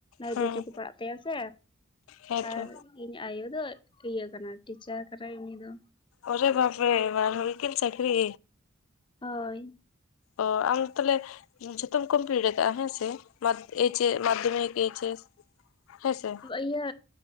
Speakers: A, on the left; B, on the left.
A: ᱦᱮᱸ
B: <inaudible> ᱰᱤᱭᱩᱴᱤ ᱠᱚ ᱯᱟᱲᱟᱜ ᱛᱟᱭᱟ ᱥᱮ
A: ᱦᱮᱸᱛᱚ
B: ᱟᱨ ᱤᱧ ᱟᱭᱳ ᱫᱚ ᱤᱭᱟᱹ ᱠᱟᱱᱟ ᱴᱤᱪᱟᱨ ᱠᱟᱱᱟᱭ ᱩᱱᱤ ᱫᱚ
A: ᱚᱨᱮ ᱵᱟᱯᱮ ᱨᱮ ᱵᱟᱨ ᱦᱩᱭ ᱠᱤᱱ ᱪᱟᱹᱠᱨᱤ᱾
B: ᱦᱳᱭ
A: ᱚ ᱟᱢ ᱛᱷᱟᱞᱮ ᱡᱷᱚᱛᱚᱢ ᱠᱚᱢᱯᱤᱞᱤᱴ ᱟᱠᱟᱜᱼᱟ ᱦᱮᱸ ᱥᱮ <inaudible> ᱮᱭᱤᱪ ᱮᱥ ᱢᱟᱫᱽᱫᱷᱚᱢᱤᱠ ᱮᱭᱤᱪ ᱮᱥ ᱦᱮᱸᱥᱮ
B: ᱤᱭᱟᱹ